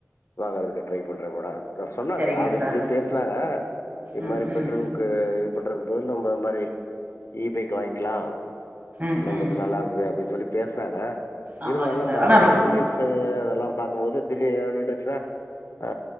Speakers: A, on the left; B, on the right.
A: வாங்குறதுக்கு ட்ரை பண்றே மேட சொன்னாங்க
B: சரிங்க
A: ஆபீஸ்லியு
B: சார்
A: பேசுனாங்க இது
B: ம்
A: மாரி பெட்ரோல்
B: ம்
A: க்கு இது பண்றது போ நம்ம மாரி இ பைக் வாங்கிக்கலா
B: ம்
A: நம்மக்கு
B: ம்
A: நல்லா இருக்குது அப்பிடின் சொல்லி பேசுனாங்க
B: ஆமாங்க
A: இருந்தாலு நம்ப
B: சார் ஆனா
A: அந்த
B: ரொ
A: சர்வீஸ் த்து அதெல்லா பாக்குபோது திடீர்னு எங்கயாது நின்றுச்சுன்னா ஆ